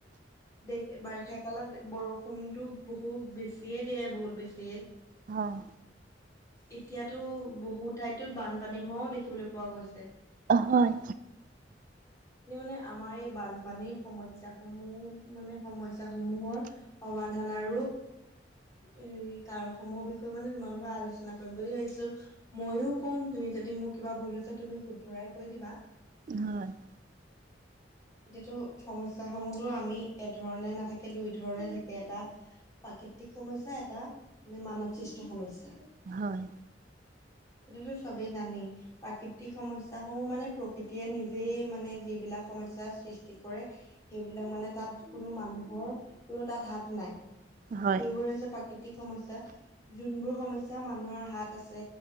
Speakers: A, on the left (about 20°); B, on the right (about 45°).
A: দে বাৰিষা কালত বৰষুণতো বহুত বেছিয়ে দিয়ে বহুত বেছিয়ে
B: হয়
A: এতিয়াতো বহুত ঠাইতো বানপানী হোৱাও দেখিবলৈ পোৱা গৈছে।
B: হয়,
A: কি মানে আমাৰ এই বানপানীৰ সমস্যা সমূহ মানে সমস্যা সমূহৰ সমাধান আৰু হেৰি কাৰণ সমূহৰ বিষয়ে মানে তোমালোকে আলোচনা কৰিম বুলি ভাবিছিলো ময়ও ক'ম তুমি যদি মোৰ কিবা ভুল হৈছে তুমি শুদ্ধৰাই কৈ দিবা
B: হয়,
A: এতিয়াতো সমস্যা সমূহতো আমি একধৰণে নাথাকে দুই ধৰণে থাকে এটা প্ৰাকৃতিক সমস্যা এটা মানে মানৱ সৃষ্ট সমস্যা -
B: হয়।
A: সেইটোতো চবেই জানেই প্ৰাকৃতিক সমস্যা। সম মানে প্ৰকৃতিয়ে নিজেই মানে যিবিলাক সমস্যাৰ সৃষ্টি কৰে সেইবিলাক মানে তাত কোনো মানুহৰ কোনো তাত হাত নাই
B: হয়,
A: সেইবোৰে হৈছে প্ৰাকৃতিক সমস্যা যোনবোৰ সমস্যা মানুহৰ হাত আছে